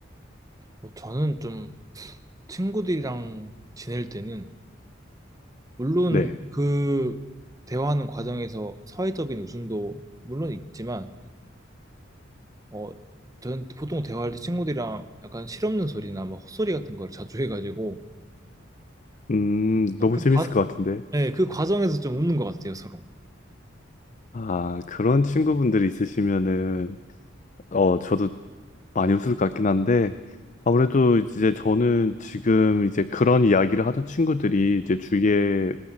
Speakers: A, on the right; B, on the left.
A: 어, 저는 좀 친구들이랑 지낼 때는, 물론
B: 네.
A: 그 대화하는 과정에서 사회적인 웃음도 물론 있지만, 어, 저는 보통 대화할 때 친구들이랑 약간 실없는 소리나 막 헛소리 같은 걸 자주 <laughs> 해가지고,
B: 음, 너무
A: 그
B: 재밌을
A: 과,
B: 것 같은데.
A: 네, 그 과정에서 좀 웃는 것 같아요, 서로.
B: 아, 그런 친구분들이 있으시면은, 어, 저도 많이 웃을 것 같긴 한데, 아무래도 이제 저는 지금 이제 그런 이야기를 하던 친구들이 이제 주위에